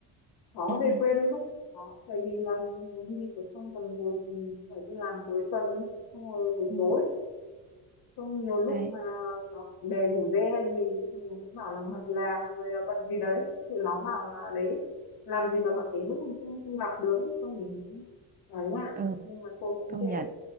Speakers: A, on the left; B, on the right.
A: khó
B: ừ, ừ.
A: về quê đôi lúc cũng khó bởi vì là nếu như ở trong tuần rồi thì phải đi làm cuối tuần xong rồi buổi
B: ừ.
A: tối xong nhiều lúc
B: đấy
A: mà nó bè rủ rê hay gì mình cũng bảo là bận làm rồi à, bận gì đấy thì nó bảo là đấy làm gì mà bận đến mức mình không không gặp được xong mình cũng nói lại
B: ừ
A: nhưng mà cô cũng
B: công
A: kệ
B: nhận